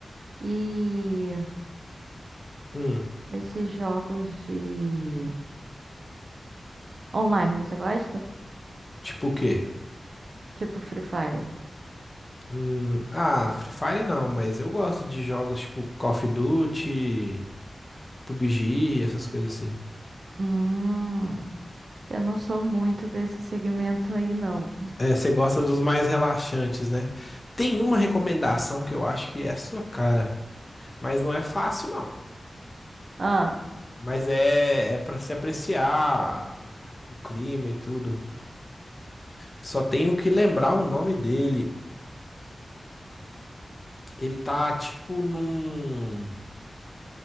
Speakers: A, on the right (about 65°); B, on the left (about 25°).
A: E
B: Hum,
A: esses jogos de online, você gosta?
B: tipo o quê?
A: Tipo Free Fire.
B: Hum, ah, Free Fire não, mas eu gosto de jogos tipo Call of Duty, PUBG, essas coisas assim.
A: Hum, eu não sou muito desse segmento aí, não.
B: É, você gosta dos mais relaxantes, né? Tem uma recomendação que eu acho que é a sua cara, mas não é fácil, não.
A: Ah,
B: Mas é, é para se apreciar o clima e tudo. Só tenho que lembrar o nome dele. Ele tá tipo num.